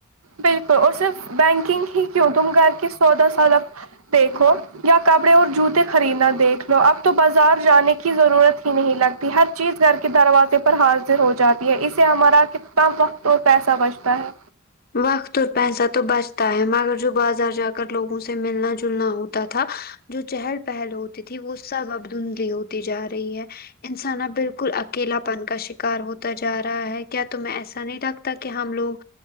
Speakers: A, on the right; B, on the left.
A: بالکل اور صرف بینکنگ ہی کیوں تم گھر کے سودہ سال دیکھو یا کپڑے اور جوتے خریدنا دیکھ لو اب تو بازار جانے کی ضرورت ہی نہیں لگتی ہر چیز گھر کے دروازے پر حاضر ہو جاتی ہے اس سے ہمارا کتنا وقت اور پیسہ بچتا ہے
B: وقت اور پیسہ تو بچتا ہے مگر جو بازار جا کر لوگوں سے ملنا جلنا ہوتا تھا جو چہل پہل ہوتی تھی وہ سب اب دھندلی ہوتی جا رہی ہے انسانا بالکل اکیلا پن کا شکار ہوتا جا رہا ہے کیا تمہیں ایسا نہیں رکھتا تکہ ہم لوگ